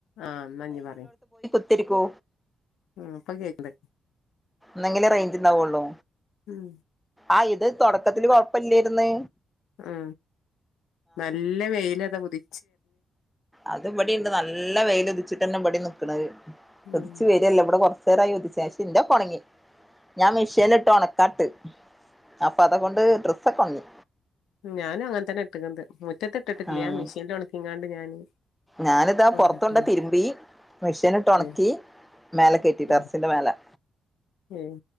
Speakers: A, on the left; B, in the centre.
A: ആ ന്നാ ഞ് പറയ്.
B: ത്തിരിക്കൂ
A: മ് ഇപ്പം കേക്ക്ണ്
B: ന്നങ്കിലേ റേഞ്ച്ണ്ടാവൊള്ളോ?
A: ഉം
B: ആ ഇത് തൊടക്കത്തില് കൊഴപ്പില്ലേ രുന്ന്.
A: മ് നല്ല വെയിലതാ ഉതി
B: അത് ഇവിടിണ്ട്, നല്ല വെയിലുതിച്ചിട്ടന്നെ ഇവടിന്നും ക്ക്ണ്
A: ഉം
B: ഉതിച്ചു വരല്ല ഇവടെ കൊറ ചെറായി <unintelligible> ശിന്റൊകൊണങ്ങി ഞാൻ മെഷീനിട്ട് ഒണക്കാട്ട് അപ്പൊ അതകൊണ്ട് ഡ്ര സക്കൊണങ്ങി
A: ഉം ഞാനും അങ്ങനെത്തന്നെ ഇട്ടക്കുന്നത് മു റ്റത്തിട്ടിട്ടില്ലാ
B: ഉം
A: മെഷീനിൽ ഉണകിങ്ങാണ്ട് ഞാന് <unintelligible>
B: ഞാനിതാ
A: കൊണ്ടട്ട്ണ്
B: പൊറത്തൊണ്ട് തിരുമ്പി മെഷീനിട്ട് ഒണക്കി
A: ഉം
B: മേലെ കേറ്റി ടറസിന്റെ
A: ഉം
B: മേലെ
A: ഉം